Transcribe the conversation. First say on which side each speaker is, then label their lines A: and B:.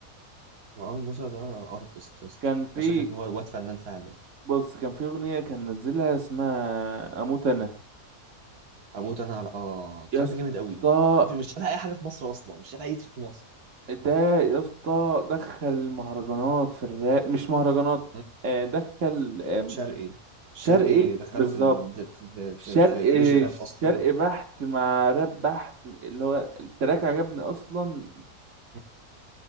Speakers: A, on the right; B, on the right.
A: مروان موسى ده ارتست يا اسطى
B: كان في
A: ده شايف ان هو واد فنان فعلا
B: بص كان في اغنيه كان نزلها اسمها اموت انا
A: اموت انا على اه التراك
B: يا اسطى
A: ده جامد قوي مفيش مش شبه اي حاجه في مصر اصلا مش شبه اي تراك في مصر
B: ده يا اسطى دخل المهرجانات في الراب مش مهرجانات
A: مم.
B: آه، دخل آه، م-
A: شرقي الشرقي
B: شرقي
A: دخله
B: بالظبط
A: في ال... في في
B: شرقي
A: في, في, في ريج راب
B: شرقي
A: اصلا
B: بحت مع راب بحت اللي هو التراك عجبني اصلا
A: مم.